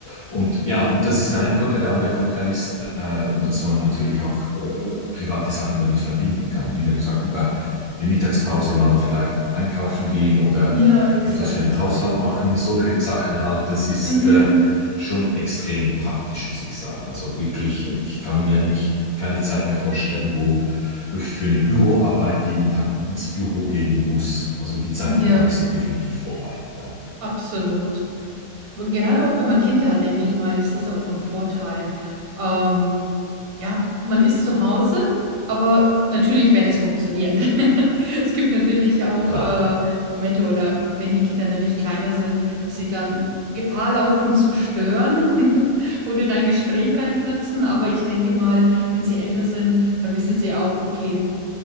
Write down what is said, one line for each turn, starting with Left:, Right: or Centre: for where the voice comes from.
Left: und ja, und das ist der eine Vorteil. Der andere Vorteil ist, äh, dass man natürlich auch äh, private Sachen damit verbinden kann. Wie man gesagt, über die Mittagspause mal vielleicht einkaufen gehen oder
Right: Ja, exakt.
Left: etwas schnell im Haushalt machen, solche Sachen halt, das ist
Right: Mhm.
Left: äh, schon extrem praktisch, muss ich sagen. Also wirklich, ich kann mir nicht keine Zeit mehr vorstellen, wo, wo ich für eine Büroarbeit jeden Tag ins Büro gehen muss. Also die Zeiten,
Right: Ja,
Left: glaube ich, sind definitiv vorbei. Ja,
Right: absolut. Gerade auch wenn man Kinder hat, denke ich mal, ist das auch von Vorteil. Ähm, ja, man ist zu Hause, aber natürlich, wenn es funktioniert. <laughs> Es gibt natürlich auch
Left: klar,
Right: äh, Momente oder wenn die Kinder natürlich kleiner sind, dass sie dann Gefahr laufen zu stören <laughs> oder in ein Gespräch reinplatzen. Aber ich denke mal, wenn sie älter sind, dann wissen sie auch, okay.